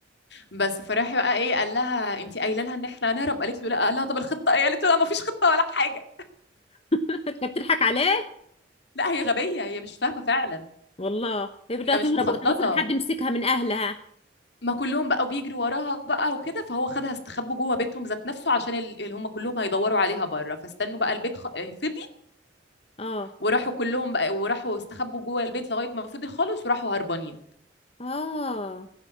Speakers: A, on the left (about 65°); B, on the left (about 35°).
A: بس فراح بقى ايه قال لها انت قايله لها ان احنا هنهرب قالت له لا قال لها طب الخطه ايه قالت له لا ما فيش خطه ولا حاجه
B: <laughs> انت بتضحك عليه
A: لا هي غبيه هي مش فاهمه فعلا
B: والله يبدأ
A: هي
B: تهرب
A: مش مخططه
B: طب افرض حد مسكها من اهلها
A: ما كلهم بقوا بيجروا وراها بقى وكده فهو خدها استخبوا جوه بيتهم ذات نفسه عشان ال- اللي هم كلهم هيدوروا عليها بره فاستنوا بقى البيت خ... فضي
B: اه
A: وراحوا كلهم بقى وراحوا استخبوا جوه البيت لغايه ما فضي خالص وراحوا هربانين
B: اه